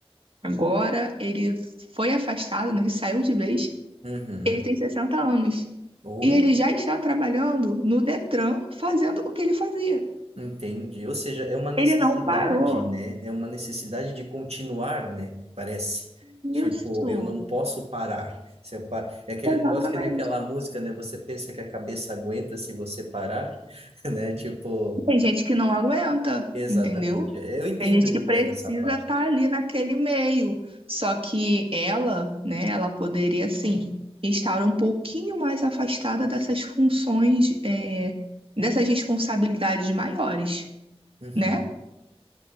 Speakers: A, on the right; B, on the right.
A: agora, ele foi afastado, né? Ele saiu de vez.
B: Uhum.
A: Ele tem 60 anos.
B: Ou
A: E ele já está trabalhando no Detran, fazendo o que ele fazia.
B: Entendi. Ou seja, é uma necessidade,
A: Ele não parou.
B: né? É uma necessidade de continuar, né? Parece. Tipo,
A: Isso,
B: eu não posso parar. Se eu pa- É aquele
A: exatamente.
B: negócio que nem aquela música, né? Você pensa que a cabeça aguenta se você parar, <laughs> né? Tipo,
A: Tem gente que não aguenta,
B: exatamente.
A: entendeu?
B: Eu entendo,
A: Tem gente
B: eu
A: que
B: entendo
A: precisa
B: essa parte.
A: estar ali naquele meio. Só que ela, né, ela poderia sim estar um pouquinho mais afastada dessas funções, é, dessas responsabilidades maiores.
B: Uhum.
A: né?